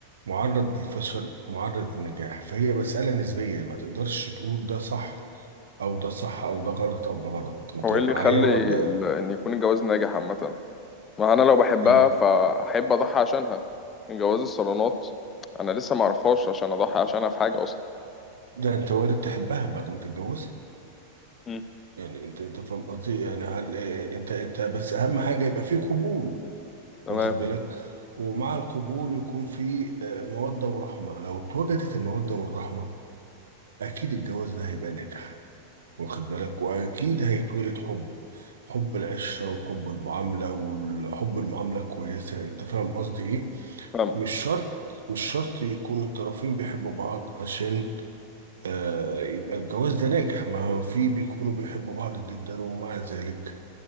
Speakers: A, on the right; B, on the left.
A: معرض للفشل ومعرض للنجاح فهي مساله نسبيه ما تقدرش تقول ده صح او ده صح او ده غلط او ده غلط انت
B: هو ايه
A: معايا
B: اللي يخلي
A: ولا
B: ال- ان يكون الجواز ناجح عامة ما انا لو بحبها
A: إيه؟
B: فاحب اضحي عشانها من جواز الصالونات انا لسه ما اعرفهاش عشان اضحي عشانها في حاجة اصلا
A: ده انت وارد تحبها بعد ما تتجوزها
B: مم.
A: يعني انت انت فاهم قصدي يعني هل اه، انت انت بس اهم حاجه يبقى في قبول
B: تمام
A: واخد بالك ومع القبول يكون في اه، موده ورحمه لو اتوجدت الموده والرحمه اكيد الجواز ده هيبقى ناجح واخد بالك واكيد هيتولد حب حب العشره وحب المعامله وحب المعامله الكويسه انت فاهم قصدي ايه
B: فاهمك
A: مش شرط مش شرط يكون الطرفين بيحبوا بعض عشان آه يبقى الجواز ده ناجح ما هو في بيكونوا بيحبوا بعض جدا ومع ذلك